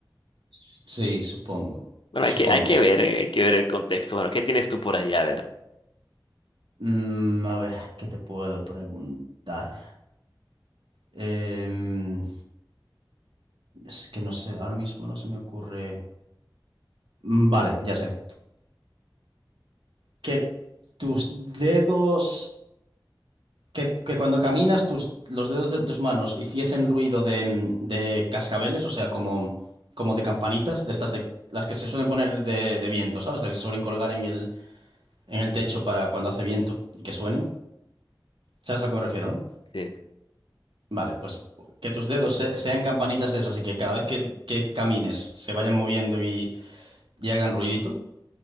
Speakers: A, on the right; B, on the left.
A: sí, supongo.
B: Bueno,
A: Supongo.
B: hay que, hay que ver, eh, hay que ver el contexto. Bueno, ¿qué tienes tú por ahí? A ver.
A: Mm, a ver, ¿qué te puedo preguntar? Em, es que no sé, ahora mismo no se me ocurre. Mm, Vale, ya sé. Que tus dedos que, que cuando caminas tus, los dedos de tus manos hiciesen ruido de, de cascabeles, o sea, como, como de campanitas, de estas de las que se suelen poner de, de viento, ¿sabes? Las que se suelen colgar en el, en el techo para cuando hace viento y que suenen. ¿Sabes a lo que me refiero, no?
B: Sí.
A: Vale, pues que tus dedos se- sean campanitas de esas y que cada vez que, que camines se vayan moviendo y, y hagan ruidito,